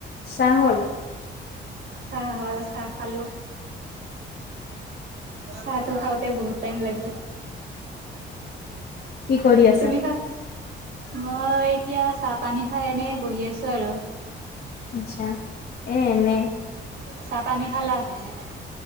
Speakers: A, on the left; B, on the right.
A: চাহ হল?
B: চাহ হ'ল। চাহ খালো। চাহটো খাওঁতে বহুত টাইম লাগিল।
A: কি কৰি আছা?
B: তুমি খা মই এতিয়া চাহ-পানী খাই এনে বহি আছো আৰু।
A: আচ্ছা, এ এনেই।
B: চাহ-পানী খালা? <unintelligible>